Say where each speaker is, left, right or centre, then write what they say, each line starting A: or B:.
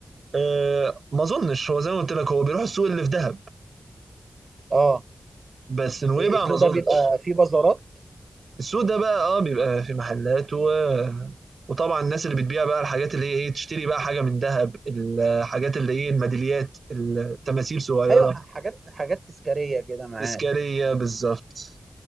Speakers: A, on the right; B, on the right.
A: أه ما اظنش هو زي ما قلت لك هو بيروح السوق اللي في دهب
B: اه
A: بس نويبع
B: السوق
A: ما اظنش
B: ده بيبقى فيه بازارات
A: السوق ده بقى اه بيبقى في محلات و... وطبعا الناس اللي بتبيع بقى الحاجات اللي هي ايه تشتري بقى حاجه من ذهب الحاجات اللي ايه الميداليات التماثيل صغيره
B: ايوه ح- حاجات حاجات تذكارية كده معاك
A: تذكاريه بالظبط